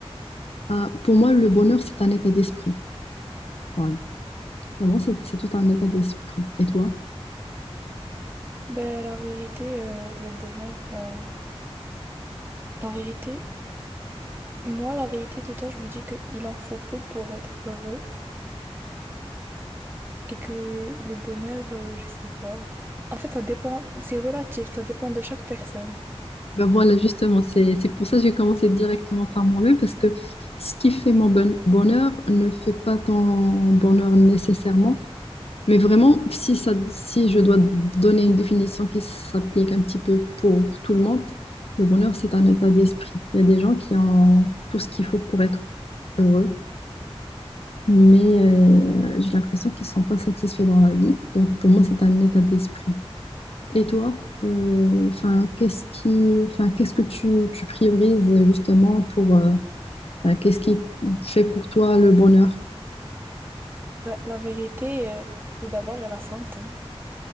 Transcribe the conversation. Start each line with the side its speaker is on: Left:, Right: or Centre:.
Left: ça. Euh, pour moi, le bonheur, c'est un état d'esprit. Voilà. Vraiment, c'est c'est tout un état d'esprit. Et toi?
Right: Ben, la vérité, euh, le bonheur, euh, la vérité, moi, la vérité, tout le temps, je me dis qu'il en faut peu pour être heureux et que le bonheur, euh, je sais pas. En fait, ça dépend, c'est relatif, ça dépend de chaque personne.
Left: Ben voilà, justement, c'est c'est pour ça que j'ai commencé directement par moi-même, parce que ce qui fait mon bon- bonheur ne fait pas ton bonheur nécessairement, mais vraiment, si ça, si je dois donner une définition qui s'applique un petit peu pour tout le monde, le bonheur, c'est un état d'esprit. Il y a des gens qui ont tout ce qu'il faut pour être heureux, mais euh, j'ai l'impression qu'ils ne sont pas satisfaits dans la vie. Donc pour moi, c'est un état d'esprit. Et toi, euh, enfin, qu'est-ce qui, enfin, qu'est-ce que tu, tu priorises justement pour, euh, enfin, qu'est-ce qui fait pour toi le bonheur?
Right: Ben, la vérité, euh, tout d'abord, il y a la santé